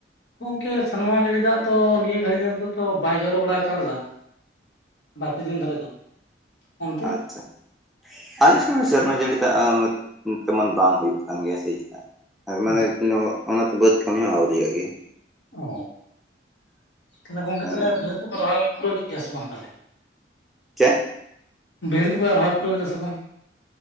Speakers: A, on the left (about 75°); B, in the centre.
A: ᱜᱚᱢᱠᱮ ᱥᱮᱱᱣᱟ ᱡᱟᱹᱲᱤ ᱫᱟᱜ ᱫᱚ ᱱᱤᱭᱟᱹ ᱜᱷᱟᱹᱲᱤ ᱫᱚ ᱛᱚ ᱵᱟᱭ ᱡᱚᱨᱚ ᱵᱟᱲᱟ ᱦᱟᱛᱟᱲ ᱫᱟ ᱵᱟᱨᱯᱮ ᱫᱤᱱ ᱫᱷᱚᱨᱮ ᱫᱚ, ᱚᱱᱛᱮ
B: ᱟᱪᱪᱷᱟ ᱟᱪᱪᱷᱟ ᱥᱮᱨᱢᱟ ᱡᱟᱹᱲᱤ ᱫᱟᱜ ᱛᱮᱢᱚᱱ ᱵᱟᱝ ᱦᱩᱭᱩᱜ ᱠᱟᱱ ᱜᱮᱭᱟ ᱥᱮ ᱪᱮᱛᱟ, ᱥᱮᱨᱢᱟ
A: ᱚ
B: ᱨᱮ ᱮᱠᱷᱚᱱᱳ ᱚᱱᱟ ᱵᱟᱹᱫᱽ ᱠᱟᱹᱢᱤ ᱦᱚᱸ ᱟᱹᱣᱨᱤ ᱭᱟᱜ ᱜᱮᱭᱟ,
A: ᱚ ᱛᱟᱞᱮ ᱜᱚᱝᱠᱮ
B: ᱢᱟᱱᱮ
A: ᱛᱦᱟᱞᱮ ᱵᱟᱹᱭᱦᱟᱹᱲ ᱠᱚ ᱯᱮ ᱨᱚᱦᱚᱭ ᱯᱩᱨᱟᱹᱣ ᱠᱮᱜ ᱜᱮᱭᱟ ᱥᱮ ᱵᱟᱝ ᱛᱟᱞᱦᱮ᱾
B: ᱪᱮᱫ
A: ᱵᱟᱹᱭᱦᱟᱹᱲ ᱠᱚᱯᱮ ᱨᱚᱦᱚᱭ ᱯᱩᱨᱟᱹᱣ ᱠᱮᱫᱟ ᱥᱮ ᱵᱟᱝ,